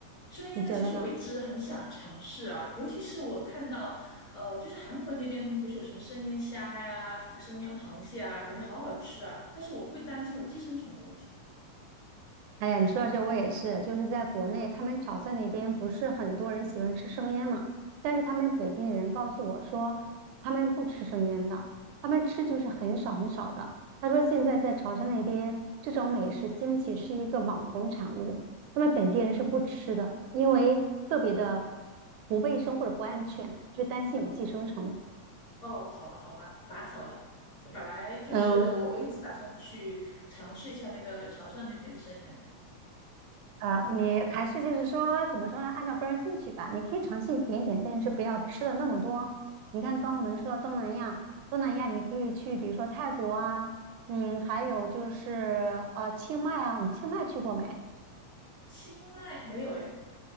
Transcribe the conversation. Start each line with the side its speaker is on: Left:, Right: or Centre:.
Left: 生腌的，
Right: 你觉得呢？
Left: 其实我一直很想尝试啊，尤其是我看到，呃，就是韩国那边他们不是有什么生腌虾呀、生腌螃蟹啊，感觉好好吃啊，但是我会担心有寄生虫的问题。
Right: 哎呀，你说到这，我也是，就是在国内，他们潮汕那边不是很多人喜欢吃生腌嘛，但是他们本地人告诉我说，他们不吃生腌的，他们吃就是很少很少的。他说现在在潮汕那边，这种美食兴起是一个网红产物，他们本地人是不吃的，因为特别的不卫生或者不安全，就担心有寄生虫。
Left: 哦，好吧，好吧，拔草了。本来就是我，
Right: 嗯，
Left: 我一直打算去尝试一下那个潮汕那边的生腌，
Right: 呃，你还是就是说，怎么说呢？按照个人兴趣吧，你可以尝试一点点，但是不要吃的那么多。你看，刚刚我们说到东南亚，东南亚你可以去，比如说泰国啊，嗯，还有就是呃清迈啊，你清迈去过没？
Left: 清迈没有诶，